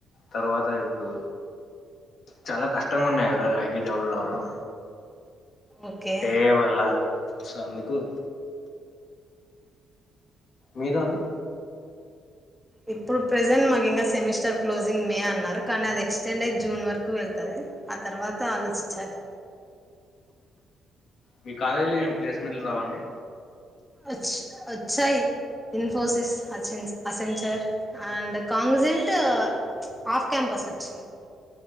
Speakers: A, on the left (about 60°); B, in the centre.
A: తర్వాత ఇప్పుడు చాలా కష్టంగా ఉన్నాయి కదా ఐటీ జాబ్లు రావడం
B: ఓకే
A: ఏ ఐ వల్ల సొ అందుకు మీరు అండి
B: ఇప్పుడు ప్రెజెంట్ మాకు ఇంకా సెమిస్టర్ క్లోజింగ్ మే అన్నారు కానీ అది ఎక్స్టెండ్ అయ్యి జూన్ వరకు వెల్తాది ఆ తర్వాత ఆలోచించాలి.
A: మీ కాలేజీలో ఏమి ప్లేస్మెంట్లు రావండి
B: వచ్ వచ్చాయి ఇన్ఫోసిస్ అసె Accenture and Cognizant off campus వచ్చింది.